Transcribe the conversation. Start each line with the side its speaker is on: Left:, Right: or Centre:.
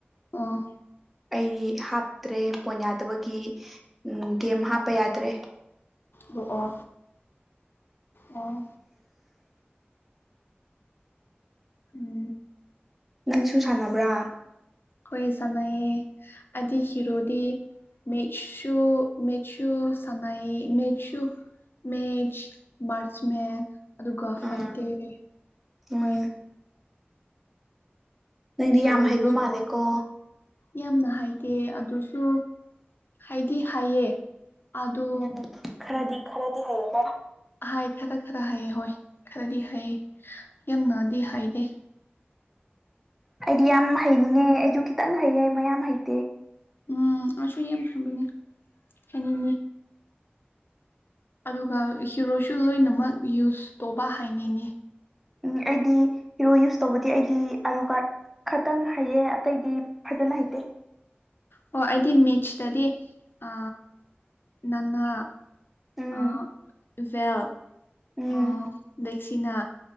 Left: ꯑꯣ
Centre: ꯑꯩ ꯍꯥꯞ ꯇ꯭ꯔꯦ ꯐꯣꯟ ꯌꯥꯗꯕꯒꯤ ꯎꯝ ꯒꯦꯝ ꯍꯥꯞꯄ ꯌꯥꯗ꯭ꯔꯦ
Left: ꯔꯣꯑꯣ ꯑꯣ ꯎꯝ
Centre: ꯅꯪꯁꯨ ꯁꯥꯟꯅꯕ꯭ꯔꯥ
Left: ꯍꯣꯏ ꯁꯥꯟꯅꯩꯌꯦ ꯑꯥꯏꯗꯤ ꯍꯤꯔꯣꯗꯤ ꯃꯦꯠꯁꯁꯨꯨ ꯃꯦꯁꯁꯨ ꯁꯥꯟꯅꯩꯌꯦ ꯃꯦꯛꯠꯁꯨ ꯃꯦꯆ ꯃꯥꯔꯆ ꯃꯦ ꯑꯗꯨꯒ
Centre: ꯑꯥ
Left: ꯐꯥꯏꯇꯔ
Centre: ꯎꯝ
Left: ꯍꯣꯏ
Centre: ꯅꯪꯗꯤ
Left: ꯍꯤꯔꯣ
Centre: ꯌꯥꯝ ꯍꯩꯕ
Left: ꯌꯨꯁ
Centre: ꯃꯥꯜꯂꯦꯀꯣ
Left: ꯇꯧꯋꯦ ꯌꯥꯝꯅ ꯍꯥꯏꯗꯦ ꯑꯗꯨꯁꯨ ꯍꯩꯗꯤ ꯍꯩꯌꯦ ꯑꯗꯨ
Centre: ꯅꯪ ꯈꯔꯗꯤ ꯈꯔꯗꯤ ꯍꯩꯌꯦꯀꯣ
Left: ꯑꯍꯥꯏ ꯈꯔ ꯈꯔ ꯍꯥꯏꯌꯦ ꯍꯣꯏ ꯈꯔꯗꯤ ꯍꯩ ꯌꯥꯝꯅꯥꯗꯤ ꯍꯩꯗꯦ
Centre: ꯑꯩꯗꯤ ꯌꯥꯝ ꯍꯩꯅꯤꯡꯉꯦ ꯑꯩꯖꯨ ꯈꯤꯇꯪ ꯍꯩꯌꯦ ꯃꯌꯥꯝ ꯍꯩꯇꯦ
Left: ꯎꯝ ꯑꯩꯁꯨ ꯌꯥꯝ ꯁꯨꯝꯕꯤꯅꯦ ꯍꯩꯅꯤꯡꯉꯦ ꯑꯗꯨꯒ ꯍꯤꯔꯣꯁꯨ ꯂꯣꯏꯅꯃꯛ ꯌꯨꯁ ꯇꯧꯕ ꯍꯥꯏꯅꯤꯡꯉꯦ
Centre: ꯎꯝ ꯑꯩꯗꯤ ꯍꯤꯔꯣ ꯌꯨꯁ ꯇꯧꯕꯗꯤ ꯑꯩꯗꯤ ꯑꯂꯨꯀꯥꯔꯠ ꯈꯇꯪ ꯍꯩꯌꯦ ꯑꯇꯩꯗꯤ ꯐꯖꯅ ꯍꯩꯇ
Left: ꯑꯣ ꯑꯩꯗꯤ ꯃꯦꯆꯁꯇꯗꯤ ꯑ ꯅꯥꯅꯥ
Centre: ꯎꯝ
Left: ꯑ ꯏꯚꯦꯜ
Centre: ꯎꯝ
Left: ꯑ ꯚꯦꯛꯁꯤꯅꯥ